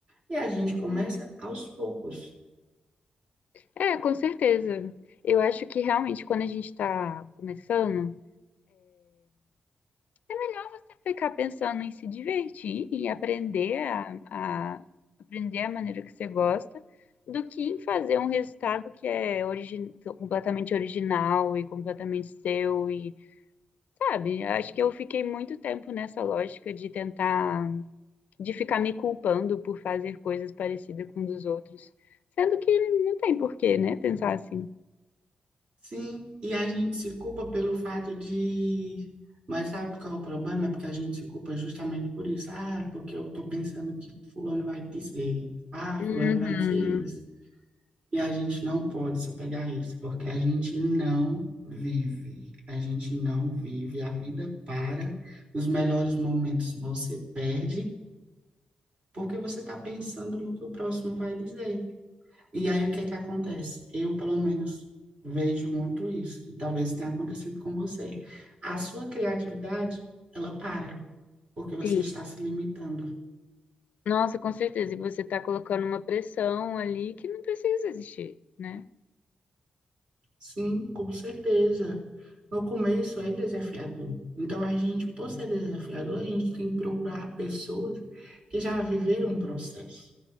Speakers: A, on the right (about 40°); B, on the left (about 75°).
A: E a gente começa
B: Uhum.
A: aos poucos.
B: É, com certeza. Eu acho que realmente quando a gente está começando, É melhor você ficar pensando em se divertir e aprender a, a- aprender a maneira que você gosta do que em fazer um resultado que é origi- completamente original e completamente seu e, sabe? Acho que eu fiquei muito tempo nessa lógica de tentar, de ficar me culpando por fazer coisas parecidas com os dos outros, sendo que não tem porquê, né? Pensar assim.
A: Sim, e a gente se culpa pelo fato de. Mas sabe qual é o problema? É porque a gente se culpa justamente por isso. Ah, porque eu tô pensando que fulano vai dizer. Ah,
B: Uhum.
A: fulano vai dizer isso. E a gente não pode se apegar a isso, porque a gente não vive. A gente não vive. A vida para. Os melhores momentos você perde porque você está pensando no que o próximo vai dizer. E aí o que é que acontece? Eu, pelo menos, vejo muito isso, e talvez tenha acontecido com você. A sua criatividade, ela para, porque você
B: Sim.
A: está se limitando.
B: Nossa, com certeza. E você está colocando uma pressão ali que não precisa existir, né?
A: Sim, com certeza. No começo é desafiador. Então a gente, por ser desafiador, a gente tem que procurar pessoas que já viveram um processo,